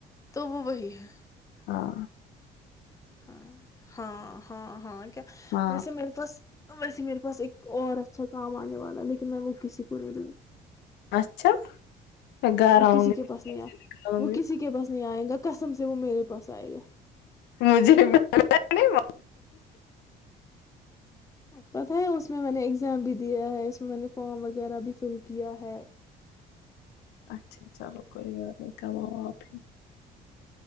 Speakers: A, on the left; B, on the left.
A: تو وہ وہی ہے
B: ہاں
A: ہاں ہاں ہاں ہاں کیا
B: ہاں
A: ویسے میرے توس ویسے میرے پاس ایک اور اچھا کام آنے والا لیکن میں وہ کسی کو نہیں دوں گی
B: اچھا میں گھر
A: وہ
B: آؤں
A: کسی کے پاس نہیں ار
B: گی آؤں
A: وہ
B: گی
A: کسی کے پاس نہیں آئے گا کسم سے وہ میرے پاس آئے گا
B: مجھے نہیں
A: پتہ ہے اس اس میں میں نے ایگزام بھی دیا ہے اس میں میں نے فارم وغیرہ بھی فل کیا ہے
B: اچھا چلو کوئی بات نہیں کماؤ آپ ہی